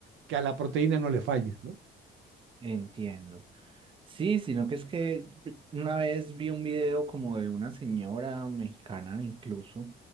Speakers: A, on the right; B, on the right.
A: que a la proteína no le falles, ¿no?
B: Entiendo. Sí, sino que es que una vez vi un video como de una señora mexicana incluso